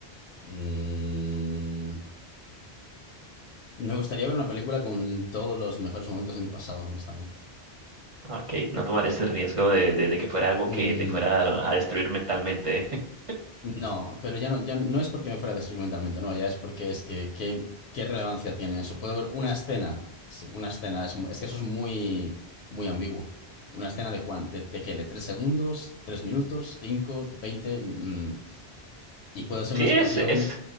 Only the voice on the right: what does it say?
Ah, Ok, no tomar ese riesgo de, de- de que fuera algo
que te fuera a, destruir mentalmente, ¿eh? <laughs>
Sí,
es, es